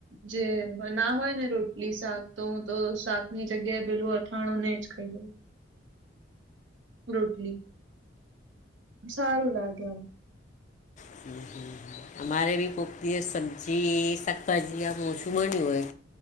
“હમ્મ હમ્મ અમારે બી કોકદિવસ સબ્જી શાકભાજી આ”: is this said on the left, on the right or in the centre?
Left